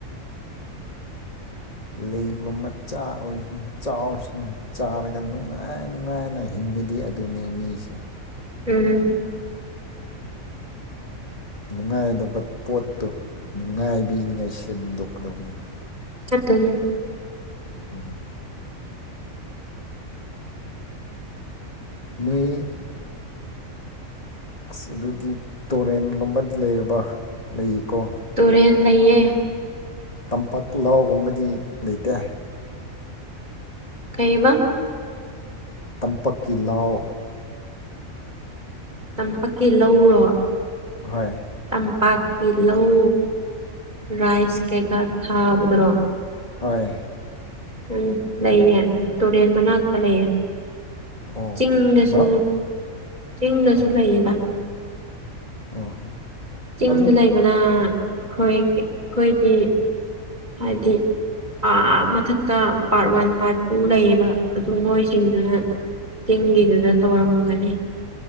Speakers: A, on the left; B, on the right.
A: ꯂꯩꯕ ꯃꯆꯥ ꯑꯣꯏꯁꯅꯨ ꯆꯥꯎꯔꯁꯅꯨ ꯆꯥꯔꯒ ꯅꯨꯡꯉꯥꯏ ꯅꯨꯡꯉꯥꯏꯅ ꯍꯤꯡ ꯃꯤꯗꯤ ꯑꯗꯨꯅꯦ ꯃꯤꯁꯦ
B: ꯎꯝ
A: ꯅꯨꯡꯉꯥꯏꯗꯕ ꯄꯣꯠꯇꯣ ꯅꯨꯡꯉꯥꯏꯕꯤꯅꯤꯉꯥꯏ ꯁꯤꯟꯗꯣꯛꯀꯗꯧꯅꯤꯕ
B: ꯆꯠꯇꯣꯢꯅꯤ
A: ꯎꯡ ꯅꯣꯏ ꯑꯁ ꯑꯗꯨꯗꯤ ꯇꯣꯔꯦꯟꯒꯨꯝꯕꯗꯤ ꯂꯩꯔꯕ ꯂꯩꯌꯦꯀꯣ
B: ꯇꯨꯔꯦꯟ ꯂꯩꯌꯦ
A: ꯇꯝꯄꯥꯛ ꯂꯥꯎꯒꯨꯝꯕꯗꯤ ꯂꯩꯇꯦ
B: ꯀꯩꯕ
A: ꯇꯝꯄꯥꯛꯀꯤ ꯂꯥꯎ
B: ꯇꯝꯄꯥꯛꯀꯤ ꯂꯧꯔꯣ
A: ꯍꯣꯏ
B: ꯇꯝꯄꯥꯛꯀꯤ ꯂꯧ ꯔꯥꯏꯁ ꯀꯩꯀꯥ ꯊꯥꯕꯗꯨꯔꯣ
A: ꯍꯣꯏ
B: ꯎꯝ ꯂꯩꯌꯦ ꯇꯨꯔꯦꯟ ꯃꯅꯥꯛꯇ ꯂꯩꯌꯦ
A: ꯑꯣ
B: ꯆꯤꯡꯗꯁꯨ
A: ꯃꯔꯛ
B: ꯆꯤꯡꯗꯁꯨ
A: ꯑꯣ
B: ꯂꯩꯌꯦꯗ
A: ꯑꯣ
B: ꯆꯤꯡꯗ
A: ꯑꯗꯨ
B: ꯂꯩꯕꯅ ꯑꯩꯈꯣꯏꯒꯤ ꯑꯩꯈꯣꯏꯒꯤ ꯍꯥꯏꯗꯤ ꯑꯥ ꯃꯊꯛꯇ ꯄꯥꯔꯠ ꯋꯥꯟ ꯄꯥꯔꯠ ꯇꯨ ꯂꯩꯌꯦꯕ ꯑꯗꯨ ꯃꯣꯏꯁꯤꯡꯗꯨꯅ ꯆꯤꯡꯒꯤꯗꯨꯅ ꯇꯧꯔꯝꯒꯅꯤ